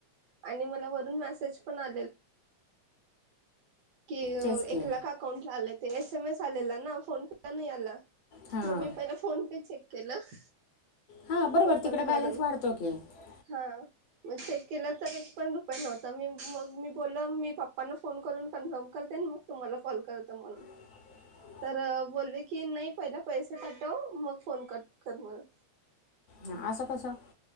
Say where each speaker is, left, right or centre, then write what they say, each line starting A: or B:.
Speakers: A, on the right; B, on the left.
A: ण म वरून मेसेज पण आ कि
B: तेच
A: एक
B: की
A: लाख अकाउंटला आले ते एसएमएस आलेला ना फोन पे नाही आला
B: हां
A: मम्मी पप्पाला फोन पे चेक केलं
B: हां बरोबर
A: ओपन
B: तिकडे
A: करून
B: बॅलन्स वाढतो की हां
A: हा मग चेक केलं तर एक पण रुपये नव्हता मी मग मी बोल मी पप्पांना फोन करून कन्फर्म करतेन मग तुम्हाला कॉल करत म्हणून
B: <inaudible>
A: तर बोलले की नाही पहिला पैसे पाठव मग फोन कट कर म्हण
B: हा असं कसं